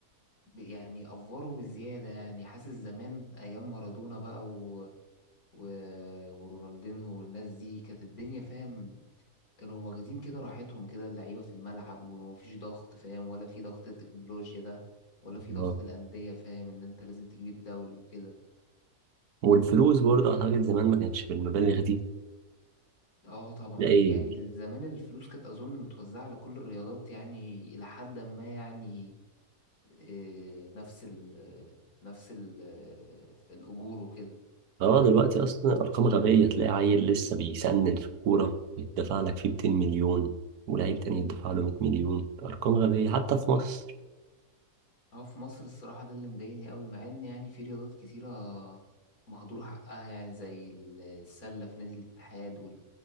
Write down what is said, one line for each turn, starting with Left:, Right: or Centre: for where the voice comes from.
Left: ب- يعني أفوره بزيادة يعني حاسس زمان أيام مارادونا بقى و... و... ورونالدينهو والناس دي كانت الدنيا فاهم كانوا واخدين كده راحتهم كده اللعيبة في الملعب ومفيش ضغط فاهم ولا في ضغط التكنولوجيا ده ولا في ضغط
Right: اه.
Left: الأندية فاهم إن أنت لازم تجيب الدوري وكده
Right: والفلوس برضه أعتقد زمان ما كانش بالمبالغ دي
Left: اه طبعا
Right: تلاقي
Left: يعني زمان الفلوس كانت أظن متوزعة على كل الرياضات يعني إلى حد ما يعني إيه نفس ال نفس ال الأجور وكده
Right: اه دلوقتي اصلا ارقام غبيه تلاقي عيل لسه بيسنن في الكوره يدفع لك فيه 200 مليون ولاعيب تاني يدفع له 100 مليون ارقام غبيه حتى في مصر
Left: اه في مصر الصراحة ده اللي مضايقني قوي مع إن يعني في رياضات كتيرة مهدور حقها يعني زي السلة في نادي الاتحاد